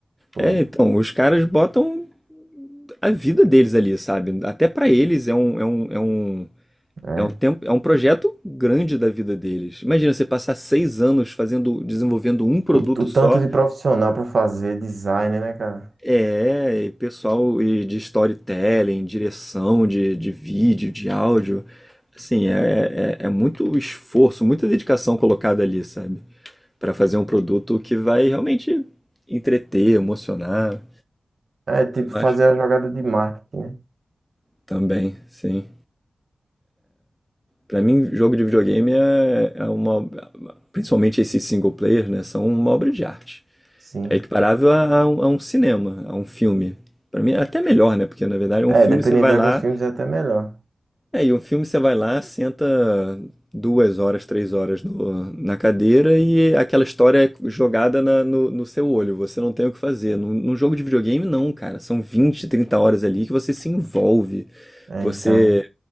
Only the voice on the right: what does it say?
Foi,
né?
O, o tanto
de profissional pra fazer design, né, cara?
É, tipo,
fazer
a jogada de marketing, né?
Sim.
É,
dependendo
de
alguns filmes é até melhor.
É,
então,